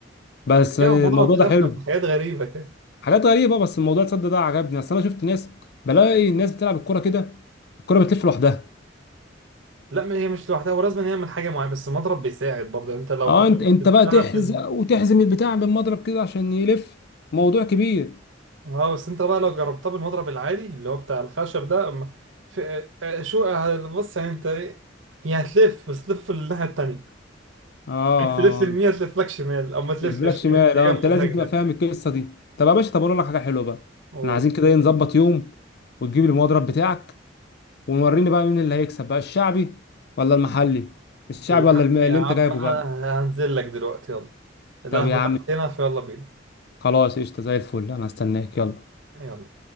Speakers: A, on the left (about 60°); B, on the right (about 85°).
A: بس
B: يعني
A: الموضوع
B: المضرب خشب
A: ده حلو
B: في حاجات غريبه كده
A: حاجات غريبه بس الموضوع تصدق ده عجبني اصل انا شفت ناس بلاقي الناس بتلعب الكوره كده الكوره بتلف لوحدها
B: لا ما هي مش لوحدها ولازم يعمل حاجه معينه بس المضرب بيساعد برضه انت لو
A: اه
B: حاولت
A: انت انت
B: تشتغل
A: بقى تحزق وتحزم البتاع بالمضرب كده عشان يلف موضوع كبير
B: اه بس انت بقى لو جربتها بالمضرب العادي اللي هو بتاع الخشب ده أما في آه، اه، شو آه، بص يعني انت ايه هي هتلف بس تلف الناحية التانية
A: اه
B: عايز تلف يمين هتلف لك شمال او ما تلفش
A: ما تجيبلكش مال
B: هي
A: اه
B: هي
A: انت
B: مزاجها
A: لازم تبقى فاهم القصه دي طب يا باشا طب اقول لك حاجه حلوه بقى
B: قول
A: احنا عايزين كده ايه نظبط يوم وتجيب المضرب بتاعك ووريني بقى مين اللي هيكسب بقى الشعبي ولا المحلي الشعبي
B: يا
A: ولا الم- اللي
B: يا عم
A: انت جايبه
B: انا
A: بقى
B: هنزل لك دلوقتي يلا القهوة
A: طب يا عم
B: تحتنا فيلا بينا
A: خلاص قشطه زي الفل انا هستناك يلا
B: يلا